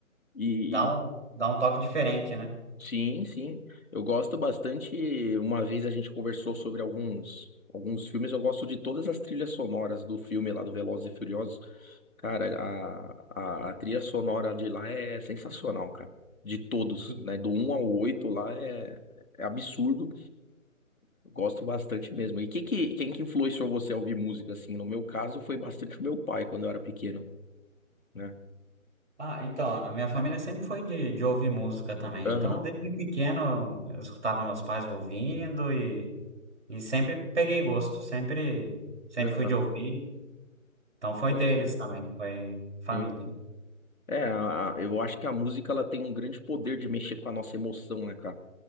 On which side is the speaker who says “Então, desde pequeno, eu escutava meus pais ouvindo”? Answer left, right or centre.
Right